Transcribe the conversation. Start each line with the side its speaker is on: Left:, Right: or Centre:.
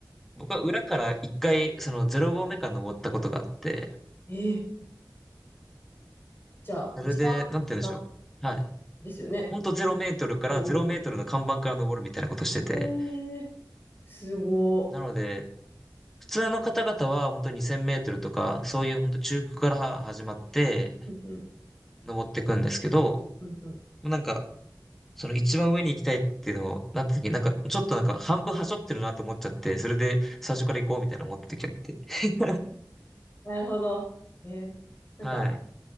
Centre: 僕は裏から一回、その0合目から登ったことがあって、
Left: えじゃあ、
Centre: それで、
Left: 一番下っ
Centre: なんて言うんでしょう。はい。
Left: てことですよね。
Centre: ほんと0メートルから0メートルの看板から登るみたいなことしてて、
Left: うんうんうんうん。えー、すごー。
Centre: なので、普通の方々は本当2000メートルとか、そういう本当中腹から始まって
Left: うんうん
Centre: 登っていくんですけど、
Left: うんうん。
Centre: なんか、その一番上に行きたいっていうのをなった時に、なんかちょっとなんか半分端折ってるなって思っちゃって、それで最初から行こうみたいな思った時あって。<laughs>
Left: なるほど。えー、なんか、
Centre: はい。